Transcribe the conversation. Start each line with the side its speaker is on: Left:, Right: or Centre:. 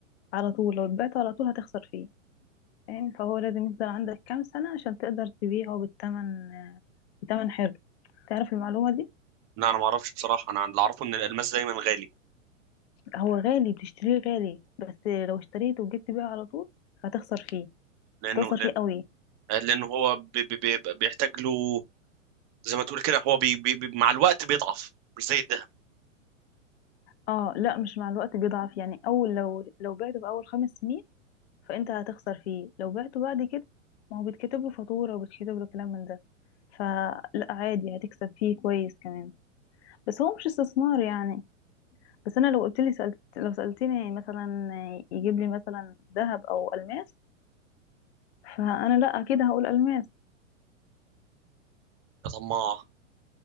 Left: على طول لو اتبعته على طول هتخسر فيه فاهم فهو لازم يفضل عندك كام سنة عشان تقدر تبيعه بالثمن بثمن حلو تعرف المعلومة دي
Right: لا انا ما اعرفش بصراحه انا اللي اعرفه ان الالماس دايما غالي
Left: هو غالي بتشتريه غالي بس لو اشتريته وجيت تبيعه على طول هتخسر فيه
Right: لانه
Left: هتخسر فيه قوي
Right: لانه هو بي... بي... بي... بيحتاج له زي ما تقول كده هو بي... بي... بي... مع الوقت بيضعف مش زي الدهب
Left: اه لا مش مع الوقت بيضعف يعني اول لو لو بعته في اول خمس سنين فانت هتخسر فيه لو بعته بعد كده ما هو بيتكتب له فاتورة وبيتكتب له كلام من ده فلا عادي هتكسب فيه كويس كمان بس هو مش استثمار يعني بس انا لو قلت لي سألت لو سألتني مثلا يجيب لي مثلا ذهب او الماس فانا لا اكيد هقول الماس
Right: يا طماع